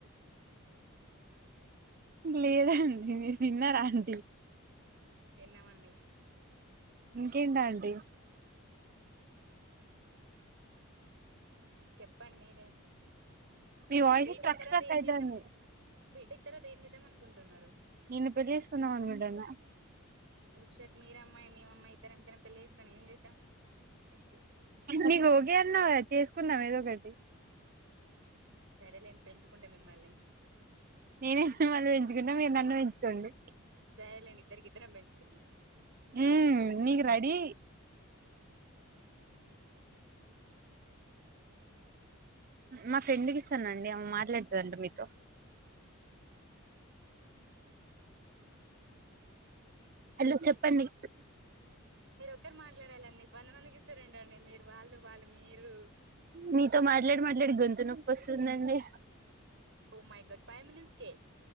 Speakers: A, on the right; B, on the right.
A: లేదండి మీరు తినరా అండి
B: తిన్నమండి
A: ఇంకేంటండి
B: చెప్పండి మీరే
A: మీ వాయిస్
B: బిటెక్
A: స్ట్రక్
B: తర్వాత
A: స్ట్రక్
B: ఏం
A: అయితాంది
B: చేద్దాం బీటెక్ తర్వాత ఏం దేద్దాం అనుకుంటున్నారు
A: నిన్ను పెళ్ళి చేసుకుందం అనుకుంటన్న
B: ఉషట్ మీరే అమ్మాయి మేము అమ్మాయి ఇద్దర ఇద్దరం పెళ్లి చేసుకొని ఏం చేద్దాం
A: నీకు ఒకే అన్నావు కథ చేసుకుందాం ఏదో ఒకటి
B: సరేలేండి పెంచుకుంట మిమ్మల్ని
A: నేనే మిమల్ని పెంచుకుంట మీరు నన్ను పెంచుకోండి
B: సరేలేండి ఇద్దరికి ఇద్దరం పెంచుకున్నాం
A: ఉమ్ నీకు రడి మా ఫ్రెండ్కి ఇస్తానండి మాట్లాడతది అంట మీతో హాలో చెప్పండి
B: మీరు ఒక్కరు మాట్లాడాలండి వంద మందికి ఇస్తారుండండి మీరు వాళ్ళు వాళ్ళు మీరు
A: మీతో మాట్లాడి మాట్లాడి గొంతు నొప్పి వస్తుందండి
B: oh my god five minutes కే